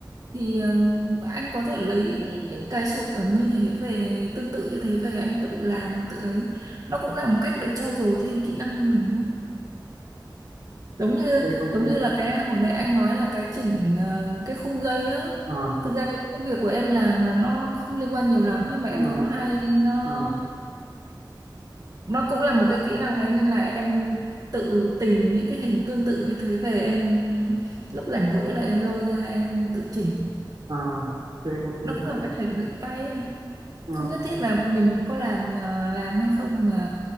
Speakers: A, on the right; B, on the right.
A: thì ờ, anh có thể lấy những cái suộc ở như thế về tương tự như thế về anh tự làm tự ấy nó cũng là một cách để trau dồi thêm kỹ năng cho mình giống như
B: ok ok
A: giống như là cái hồi nãy anh nói là cái chỉnh ờ, cái khung dây á
B: ờ
A: thực ra cái công việc của em làm là nó không liên quan nhiều lắm nhưng mà em
B: ờ
A: thấy nó hay nó
B: ờ
A: nó cũng là một cái kỹ năng đấy nên là em tự tìm những cái hình tương tự như thế về em lúc rảnh rỗi là em lôi ra em tự chỉnh
B: ờ ok ok
A: nó cũng
B: ok
A: là một cách để luyện tay ấy.
B: ờ,
A: không
B: ok.
A: nhất thiết là mình có làm ờ, làm hay không mà